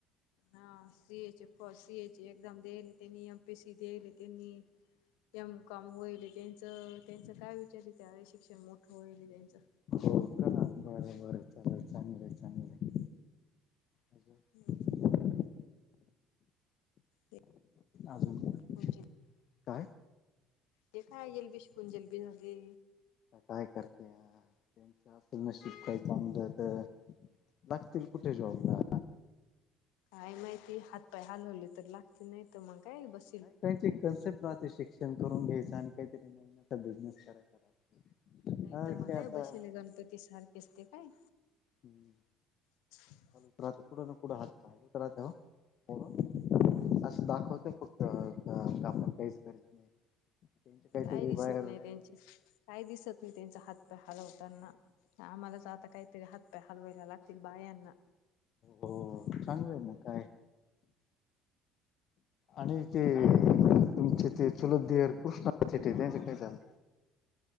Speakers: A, on the left (about 65°); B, on the left (about 50°).
A: हा सी ए चे फ सीए ची एक्झाम देईले त्यांनी एम पी सी देईले त्यांनी. त्यामुळं काम होईले त्यांचं त्यांचं काय विचारी त्या वेळी शिक्षण मोठं होईले त्यांचं.
B: हो का बर बर चालाल चांगलं आहे चांगलं. अजून
A: हम्म ते
B: अजून <inaudible>
A: शिकून
B: काय
A: ते काय एलबी शिकून जलबी झाली.
B: आता काय करत्या? त्यांच्या असेल न शिकय चांगलं तर लागतील कुठही जॉबला.
A: काय माहिती हातपाय हालवले तर लाग की नाहीत मग काय बस
B: काय त्यांची कन्सेप्ट राहते शिक्षण करून घ्यायचं आणि काहीतरी <inaudible> बिझनेस करायचा. राहतो.
A: नाही
B: हा
A: तर मग काय
B: आता
A: बसले जमतात सारखेच ते काय
B: हम्म.
A: <inaudible>
B: चालूच राहतं कुड ना कुड हात <unintelligible> राहतं. <unintelligible> दाखवते फक्त त्या कामं काहीच करीत नाही काहीतरी
A: काय दिसत
B: त्यांचे बाहेर
A: नाही त्यांची काय दिसत नाही त्यांचा हात पाय हलवताना. आम्हालाच आता काहीतरी हात पाय हलवायला लागतील बायांना.
B: हो चांगलय मग काय आणि चे तुमचे चुलत ते धीयर <unintelligible> त्यांचं काय चाललं?